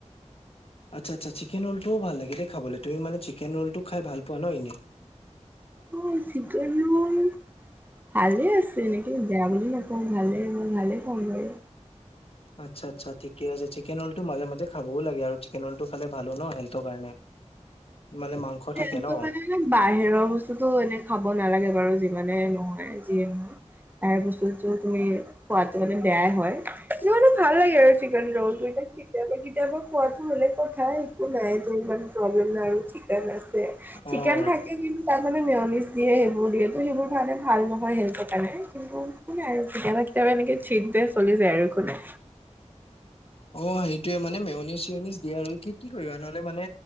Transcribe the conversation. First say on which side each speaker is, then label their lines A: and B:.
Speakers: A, on the left; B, on the right.
A: আচ্ছাচ্ছা চিকেন ৰলটো ভাল লাগে দে খাবলৈ তুমি মান চিকেন ৰলটো খাই ভাল পোৱা ন এনে
B: অ চিকেন ৰল ভালে আছে নেকি বেয়া বুলি নাপাওঁ ভালেই হ ভালেই পাও বাৰু
A: আচ্ছা আচ্ছা ঠিকে আছে চিকেন ৰল টো মাজে মাজে খাবও লাগে আৰু চিকেন ৰলটো খালে ভালো ন হেলথ ৰ কাৰণে <unintelligible> থাকে
B: মকে
A: ন
B: প <inaudible> বাহিৰৰ বস্তুতো এনে খাব নালাগে বাৰু যিমানে নহয় যিয়ে নহয় তাৰ পাছত যে তুমি খোৱাটো মানে বেয়াই হয় কিন্ত মানে ভাল লাগে আৰু চিকেন ৰল টো কেতিয়াবা কেতিয়াবা খোৱাটো বেলেক কথা একো নাই যে ইমান প্ৰব্লেম ন আৰু চিকেন আছে
A: অ
B: চিকেন থাকে কিন্তু তাত মানে মেয়নিছ দিয়ে সেইবোৰ দিয়ে তো সেইবোৰ কাৰণে ভাল নহয় হেলথৰ কাৰণে কিন্তু কেতিয়াবা কেতিয়াবা এনেকে চিট যে চলি যায় আৰু একো নাই
A: অ সেইটোৱে মানে মেওনি চিউনি দিয়া আৰু কি কি কৰিবা নহ'লে মানে